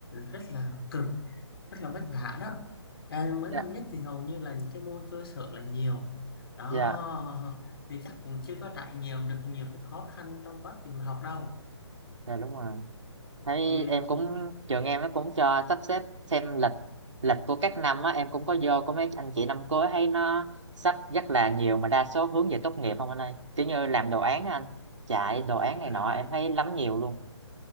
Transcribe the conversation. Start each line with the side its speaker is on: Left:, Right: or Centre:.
Left: rất là cực rất là vất vả đó em mới
Right: dạ
Left: năm nhất thì hầu như là những cái môn chơi sợ là nhiều đó
Right: dạ
Left: vì chắc cũng chưa có trải nghiệm được nhiều cái khó khăn trong quá trình mà học đâu
Right: dạ đúng rồi thấy
Left: Ừm,
Right: em cũng trường em nó cũng cho sắp xếp xem lịch lịch của các năm á em cũng có vô có mấy anh chị năm cuối thấy nó sắp rất là nhiều mà đa số hướng về tốt nghiệp không anh ơi kiểu như làm đồ án á anh chạy đồ án này
Left: À
Right: nọ
Left: vậy.
Right: em thấy lắm nhiều luôn